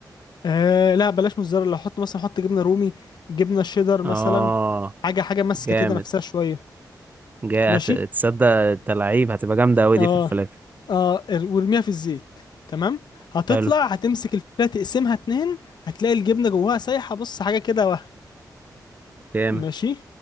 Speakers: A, on the left (about 75°); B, on the right (about 25°).
A: آه لا بلاش موتزاريلا حط مثلا حط جبنه رومي جبنه شيدر مثلا
B: اه
A: حاجه حاجه ماسكه
B: جامد
A: كده نفسها شويه
B: جاي
A: ماشي
B: هت- تصدق انت لعيب هتبقى جامدة أوي دي
A: اه
B: في الفلافل
A: اه ار- وارميها في الزيت تمام هتطلع
B: حلو
A: هتمسك الفتة تقسمها اتنين هتلاقي الجبنة جواها سايحة بص حاجة كده وهم
B: جامد
A: ماشي